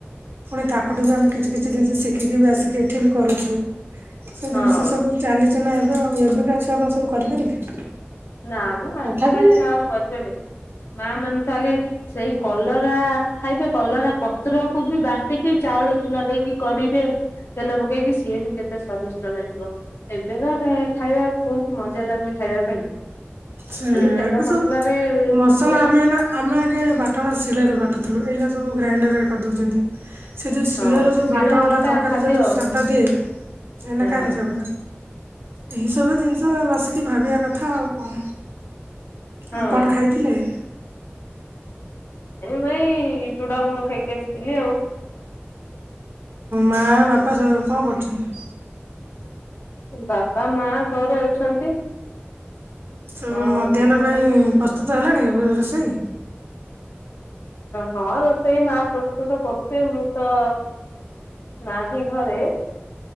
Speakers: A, on the right; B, on the left.
A: ପୁଣି ତାଙ୍କଠୁ ବି ଆମେ କିଛି କିଛି ଜିନିଷ ଶିଖିକି ବି ଆସିକି ଏଠି ବି କରୁଛୁ। ସେ
B: ହଁ
A: ଜିନିଷ ସବୁ ଚାଲିଛିଲା ଏବେ ଆଉ, ଏବେକା ଛୁଆ କଣ ସବୁ କରିପାରିବେ?
B: ନା ମ ଏବେକା
A: ତଥାପି
B: ଛୁଆ ଆଉ କରିପାରିବେ। ମା ମାନେ ତ ଆଗେ ସେଇ କଲରା ଖାଇବେ, କଲରା ପତ୍ରକୁ ବି ବା ବାଟିକି ଚାଉଳ ଚୁନା ଦେଇକି କରିବେ ତେଲ ପକେଇକି ସିଏ ବି କେତେ ସ୍ଵାଦିଷ୍ଟ ଲାଗିବ। ଏବେକା ଖାଇବା କୋଉଠୁ ମଜା ଲାଗୁଛି ଖାଇବା ପାଇଁ।
A: ସେ
B: ଖାଲି ତେଲ
A: ଆଗ
B: ମସଲାରେ
A: ସବୁ ମସଲା
B: ବୁଡୁଛନ୍ତି
A: ଆମେ ଏଇନା ଆମେ ଆଗେ ବାଟଣା ଶିଳାରେ ବାଟୁଥିଲୁ ଏଇନା ସବୁ ଗ୍ରାଇଣ୍ଡରରେ କରିଦଉଛନ୍ତି। ସେ ଯୋଉ ଶିଳର
B: ହଁ ସେ
A: ଯୋଉ
B: ଶିଳ
A: ବାଟଣ
B: ବଟା
A: ଟା ତରକାରୀ
B: ଖାଦ୍ୟ
A: ଯୋଉ
B: ହଁ।
A: ସଵାଦ ଦିଏ ଏନା
B: ହଁ
A: କାହିଁକ ସେଗୁଡା। ଏଇ ସବୁ ଜିନିଷ ବସିକି ଭାବିବା କଥା ଆଉ କଣ
B: ହଁ
A: ଆଉ କଣ ଖାଇଥିଲେ?
B: ଏ ଭାଇ ଚୁଡାମୁଣ୍ଡ ଖାଇକି ଆସିଥିଲି ଆଉ।
A: ମା ବାପା ସବୁ କଣ କରୁଛନ୍ତି?
B: ବାପା ମା ଘରେ ଅଛନ୍ତି।
A: ସବୁ
B: ଆଉ
A: ମଧ୍ୟାହ୍ନ
B: ମୁଁ
A: ପାଇଁ
B: ଏଇ
A: ପ୍ରସ୍ତୁତ ହେଲାଣି ରୋଷେଇ।
B: ହଁ ରୋଷେଇ ମା ପ୍ରସ୍ତୁତ କରୁଥେ ମୁଁ ତ ନାହିଁ ଘରେ